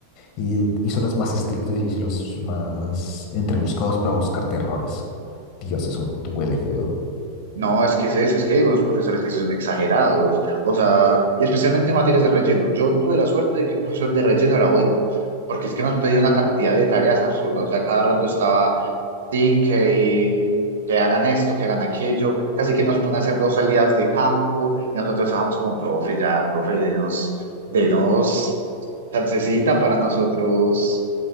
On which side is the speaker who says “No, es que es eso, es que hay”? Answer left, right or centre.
Right